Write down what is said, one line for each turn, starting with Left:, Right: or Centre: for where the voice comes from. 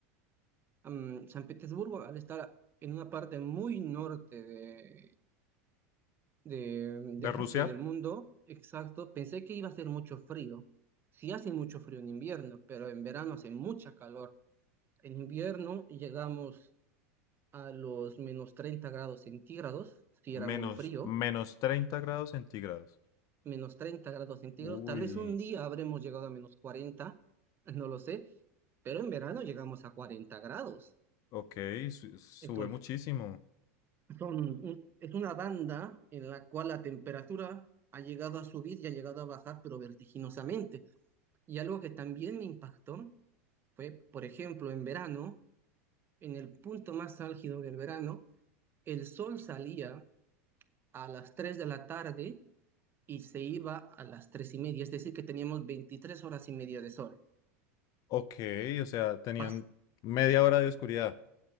Right: mm, San Petersburgo, al estar en una parte muy norte de, de, de
Left: De
Right: Rusia
Left: Rusia,
Right: y del mundo, exacto, pensé que iba a ser mucho frío. Sí hace mucho frío en invierno, pero en verano hace mucha calor. En invierno llegamos a los menos 30 grados centígrados, si
Left: menos,
Right: era muy frío,
Left: menos 30 grados centígrados.
Right: menos treinta grados centígrados,
Left: Uy,
Right: tal vez un día habremos llegado a menos cuarenta no lo sé, pero en verano llegamos a 40 grados.
Left: ok, su- sube
Right: Entonces,
Left: muchísimo.
Right: son un- es una banda en la cual la temperatura ha llegado a subir y ha llegado a bajar, pero vertiginosamente. Y algo que también me impactó fue, por ejemplo, en verano, en el punto más álgido del verano, el sol salía a las 3 de la tarde y se iba a las tres y media, es decir, que teníamos 23 horas y media de sol.
Left: Ok, o sea, tenían
Right: Pas-
Left: media hora de oscuridad.